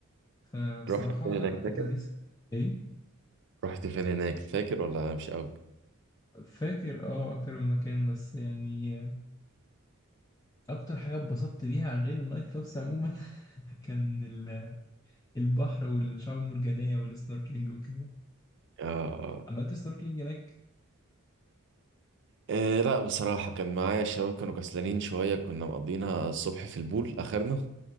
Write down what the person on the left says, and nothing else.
فبصراحة
لا
لا كانت
لذيذة إيه
فاكر أه أكتر من مكان بس يعني أكتر حاجة اتبسطت بيها غير النايت كلابس عموما <laughs> كان ال- البحر والشعاب المرجانية والسنوركلينج وكده
عملت سنوركلينج هناك